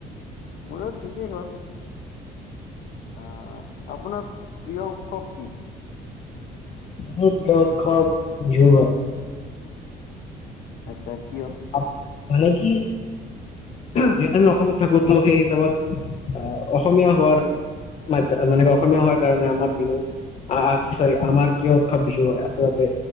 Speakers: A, on the left; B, on the left.
A: মোৰো ঠিকেই গ'ল। আহ, আপোনাৰ প্ৰিয় উৎসৱ কি?
B: <unintelligible> বিহু
A: আচ্ছা কিয়?
B: আপ- মানে কি যিহেতু আমি অসমত থাকো তো সেই হিচাপত আহ, অসমীয়া হোৱাৰ মাত মানে অসমীয়া হোৱাৰ কাৰণে আমাৰ বিহু আহ, কি চাবি আমাৰ কিয় উৎসৱ বিহু হয় আচলতে